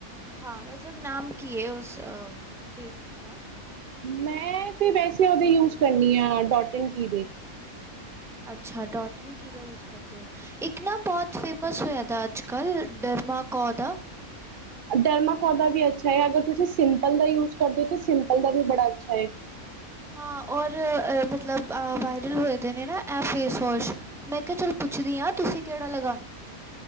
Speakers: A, in the centre; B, on the right.
A: ਹਾਂ ਮਤਲਬ ਨਾਮ ਕੀ ਹੈ ਉਸ ਫੇਸ ਵਾਸ਼ ਦਾ
B: ਮੈਂ ਤੇ ਵੈਸੇ ਉਹਦੇ ਯੂਜ ਕਰਨੀ ਆ ਡੋਟ ਇਨ ਕੀ ਦੇ,
A: ਅੱਛਾ ਡੋਟ ਇਨ ਕਿ ਦਾ ਯੂਜ ਕਰਦੇ ਹੋ ਇੱਕ ਪਨਾ ਬਹੁਤ ਫੇਮਸ ਹੋਇਆ ਤਾ ਅੱਜ ਕੱਲ੍ਹ ਡਰਮਾ ਕੌ ਦਾ
B: ਡਰਮਾਕੋ ਦਾ ਵੀ ਅੱਛਾ ਹੈ ਅਗਰ ਤੁਸੀਂ ਸਿੰਪਲ ਦਾ ਯੂਜ ਕਰਦੇ ਹੋ ਤਾਂ ਸਿੰਪਲ ਦਾ ਵੀ ਬੜਾ ਅੱਛਾ ਹੈ,
A: ਹਾਂ ਔਰ ਮਤਲਬ ਵਾਇਰਲ ਹੋਏ ਦੇ ਨੇ ਨਾ ਇਹ ਫੇਸ ਵੋਸ਼, ਮੈਂ ਕਿਹਾ ਚਲੋ ਪੁੱਛਦੀ ਹਾਂ ਤੁਸੀਂ ਕਿਹੜਾ ਲਗਾਉਦੇ ਹੋ,